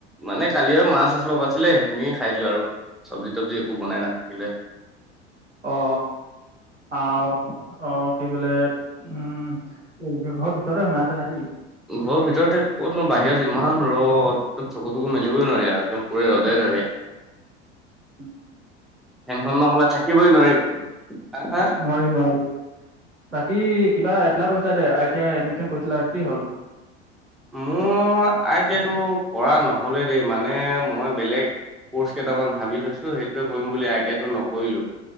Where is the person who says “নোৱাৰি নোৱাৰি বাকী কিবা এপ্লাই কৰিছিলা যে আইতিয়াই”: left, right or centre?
Right